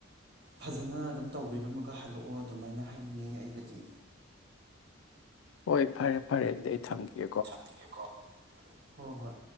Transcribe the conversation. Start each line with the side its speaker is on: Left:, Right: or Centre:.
Right: ꯐꯖꯅ ꯑꯗꯨꯝ ꯇꯧꯕꯤꯔꯝꯃꯒ ꯍꯜꯂꯛꯑꯣ ꯑꯗꯨꯃꯥꯏꯅ ꯍꯥꯏꯅꯤꯡꯉꯦ ꯑꯩꯕꯨꯗꯤ
Left: ꯍꯣꯏ ꯐꯔꯦ ꯐꯔꯦ ꯑꯗꯨꯗꯤ ꯑꯩ ꯊꯝꯒꯦ
Right: ꯊꯝꯒꯦꯀꯣ ꯍꯣꯏ ꯍꯣꯏ